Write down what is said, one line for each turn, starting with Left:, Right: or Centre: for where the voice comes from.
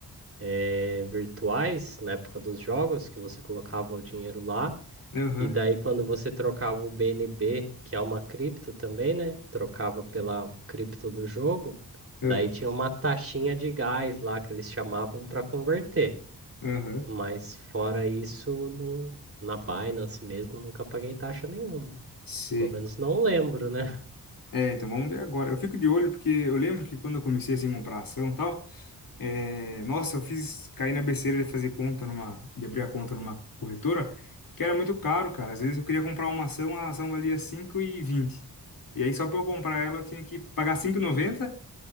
Right: eh, virtuais na época dos jogos, que você colocava o dinheiro lá.
Left: Aham,
Right: E daí, quando você trocava o BNB, que é uma cripto também, né? Trocava pela cripto do jogo,
Left: ah,
Right: daí tinha uma taxinha de gás lá que eles chamavam para converter.
Left: aham.
Right: Mas fora isso, não- na Binance mesmo, nunca paguei taxa nenhuma.
Left: Sei.
Right: Pelo menos não lembro, né? <laughs>
Left: É, então vamos ver agora. Eu fico de olho porque eu lembro que quando eu comecei assim a comprar ação e tal, é, nossa, eu fiz cair na besteira de fazer conta numa, de abrir a conta numa corretora, que era muito caro, cara. Às vezes eu queria comprar uma ação, a ação valia cinco E vinte e aí só para eu comprar ela eu tinha que pagar cinco e noventa